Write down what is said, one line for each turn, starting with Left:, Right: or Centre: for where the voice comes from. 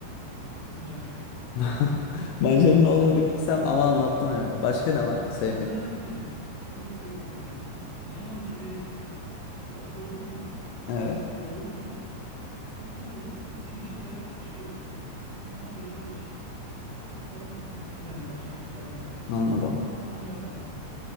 Right: Mancar.
Left: <laughs> Mancanın
Right: <laughs>
Left: ne olduğunu
Right: Mancar.
Left: bir bilsem ama anlattın evet. Başka ne var? Sevmediğin.
Right: Mancar ne biliyor musun? Örnek veriyorum. e, lahana gibi otları alıyorlar.
Left: Evet
Right: Doğruyorlar. Sonra bunu pirinçle beraber pişiriyorlar. Ispanağa benzer bir şey. Ama ıspanak bitkisinden değil. Başka bitkilerden olan.
Left: anladım.
Right: Bu, buna mancar derler.